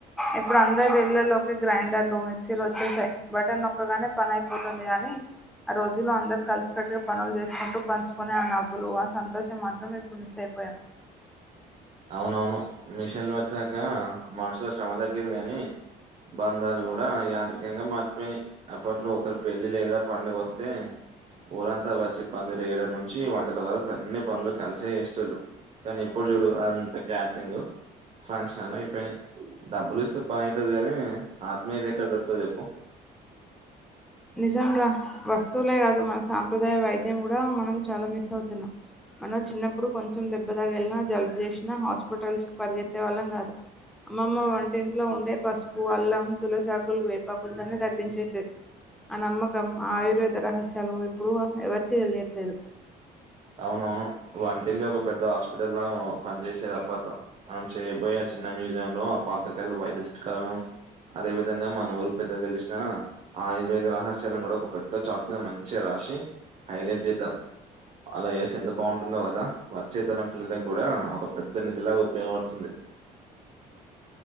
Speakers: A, in the centre; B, on the right.
A: ఇప్పుడందరు ఇళ్లల్లోకి గ్రైండర్లూ మిక్చీలొచ్చేసాయ్ బటన్నొక్కగానే పని అయిపోతుంది గానీ ఆ రోజుల్లో అందరు కలిసి కట్టుగ పనుల్ జేసుకుంటూ పంచుకొనే ఆ నవ్వులి ఆ సంతోషం మాత్రం ఇప్పుడు మిస్ అయిపోయాం
B: అవునవును మిషిన్లు వచ్చాకా మనుషుల శ్రమ దగ్గింది గనీ బంధాలు గూడా యాంత్రికంగా మారిపోయినయ్ అప్పట్లో ఒకరి పెళ్లి లేదా పండుగొస్తే ఊరంతా వచ్చి పందిరేయడం నుంచీ వంటల వరకన్ని పనులు కలిసే యేష్టోల్లు కనీ ఇప్పుడు జూడ్ డు అంత క్యాట్రింగు ఫంక్షన్లయిపోయ్నై డబ్బులిస్తె పనయితది గనీ ఆత్మీయతెక్కడ దొరుకుతది జెప్పు
A: నిజంగా వస్తువులే గాదు మన సాంప్రదాయ వైద్యం గుడా మనం చాలా మిస్ అవుతున్నం మన చిన్నప్పుడు కొంచెం దెబ్బ దగిల్నా జల్బ్ జేశ్నా హాస్పిటల్స్కి పరిగెత్తే వాళ్ళం గాదు అమ్మమ్మ వంటింట్లో ఉండే పసుపు అల్లం తులసాకులు వేపాకుల్తోనే తగ్గించేసేది ఆ నమ్మకం ఆయుర్వేద రహస్యలూ ఇప్పుడూ ఎవరికిీ దెలియట్లేదు
B: అవునవును వంటిల్లే ఒక పెద్ద హాస్పిటల్లా పన్జేశేదప్పట్లో మనం చేయబోయే చిన్న మ్యూజియంలో ఆ పాతకాల వైద్య చిట్కాలనూ అదే విధంగా మనూరు పెద్దగ దెలిశ్నా ఆయుర్వేద రహస్యాలను గుడా ఒక పెద్ద చాట్ మీద మంచిగ రా రశీ హైలెట్ జేద్ధాం అలా యేస్తె ఎంత బావుంటుందో గదా వచ్చేతరం పిల్లలగ్గుడా ఒక పెద్ద నిధిలాగుపయోగపడుతుంది